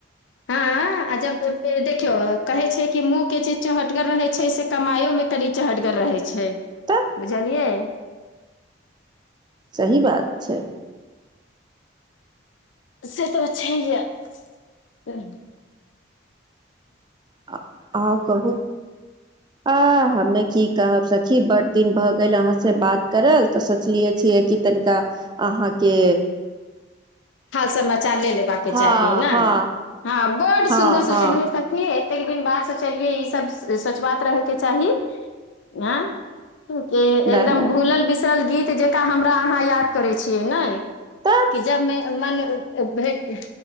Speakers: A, on the left; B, on the right.
A: हाँ आ जब पे देखियौ कहै छै कि मुँह के जे चहटगर रहै छै से कमाइयो मे कनि चहटगर रहै छै
B: तऽ
A: बुझलियै।
B: सही बात छै।
A: से ते छैहये, सही।
B: आ कहां कहु। आ, हमे की कहब सखी बड्ड दिन भ गेल अहांसे बात करल त सोचलियै छियै कि तनिका अहांके
A: हाल समाचार ले लेबाक के चाही
B: हँ
A: ने,
B: हँ
A: हां बड
B: हँ
A: सुन्दर सोचलहुं
B: हँ
A: सखी हे। कतेक दिन बात सोचलियै ई सब सच बात रहैके चाही। आँ, एकदम
B: नहि नहि
A: भुलल विस टल गीत जकाँ हमरा अहाँ याद करै छीये ने
B: तऽ
A: कि ज मने अ भेट